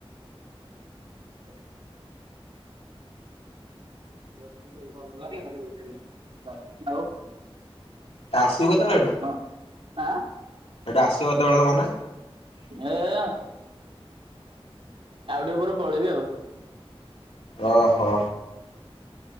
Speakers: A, on the right; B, on the left.
A: <inaudible> <unintelligible>
B: ଆ ଆସିବୁ କେତେବେଳେ ଏଠୁ।
A: ହଁ ଆଁ
B: ସେଠୁ ଆସିବ କେତେବେଳେ ତ ମାନେ
A: ଏଁ ଆଉ ଟିକେ ପରେ ପଳେଇବି ଆଉ।
B: ଓ ହୋ।